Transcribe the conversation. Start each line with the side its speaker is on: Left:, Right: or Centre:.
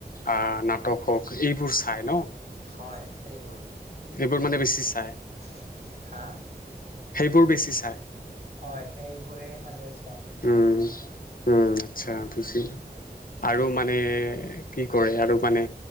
Left: আ নাটক। হওক সেইবোৰ চাই ন?
Right: হয় সেইবোৰ।
Left: বোৰ মানে বেছি <inaudible>
Right: <unintelligible> হা
Left: সেইবোৰ বেছি চাই?
Right: হয় সেইবোৰে মানে। <inaudible>
Left: উম উম আচ্ছা বুজিলো। আৰু মানে কি কৰে? আৰু আৰু মানে,